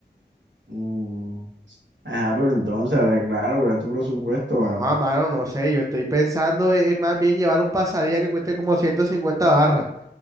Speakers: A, on the right; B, on the right.
A: Mm, Ah, pero entonces arreglar, guardar tu presupuesto, ¿vale?
B: Ah, mano, no sé, yo estoy pensando es más bien llevar un pasadía que cueste como 150 barras,